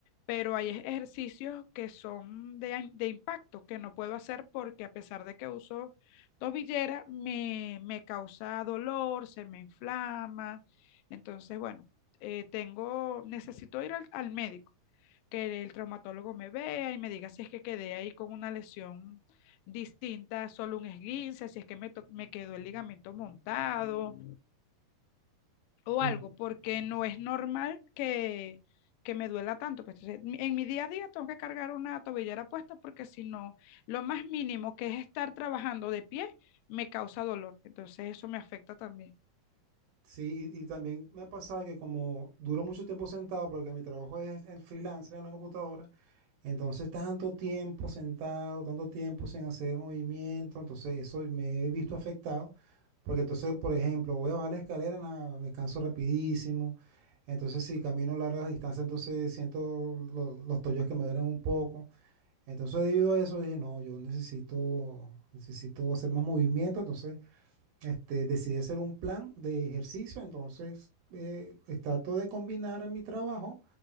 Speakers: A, on the left; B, on the right.
A: pero hay ej- ejercicios que son de, im- de impacto que no puedo hacer porque a pesar de que uso tobillera me, me causa dolor, se me inflama. Entonces, bueno, eh, tengo, necesito ir al, al médico, que el traumatólogo me vea y me diga si es que quedé ahí con una lesión distinta, solo un esguince, si es que me, to- me quedó el ligamento montado, o
B: Sí,
A: algo, porque no es normal que, que me duela tanto. Pues, entonces, en mi día a día tengo que cargar una tobillera puesta porque si no, lo más mínimo que es estar trabajando de pie me causa dolor. Entonces eso me afecta también.
B: sí, y, y también me ha pasado que como duro mucho tiempo sentado, porque mi trabajo es el freelancer en la computadora, Entonces, tanto tiempo sentado, tanto tiempo sin hacer movimiento, entonces eso me he visto afectado, porque entonces, por ejemplo, voy a bajar la escalera, na- me canso rapidísimo, entonces si camino largas distancias, entonces siento lo- los tobillos que me duelen un poco. Entonces, debido a eso, dije, no, yo necesito, necesito hacer más movimiento, entonces este, decidí hacer un plan de ejercicio, entonces eh, trato de combinar mi trabajo